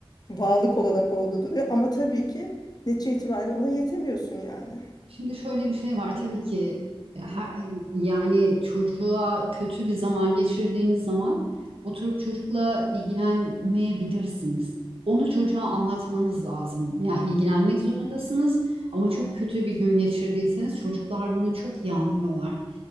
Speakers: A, on the left (about 45°); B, on the right (about 75°).
A: varlık olarak orada duruyor. Ama tabii ki netice itibariyle ona yetemiyorsun yani.
B: Şimdi şöyle bir şey var tabii ki e, her, e, yani çocuğa kötü bir zaman geçirdiğiniz zaman oturup çocukla ilgilenmeyebilirsiniz. Onu çocuğa anlatmanız lazım. Yani ilgilenmek zorundasınız ama çok kötü
A: Evet.
B: bir gün geçirdiyseniz çocuklar bunu çok iyi anlıyorlar.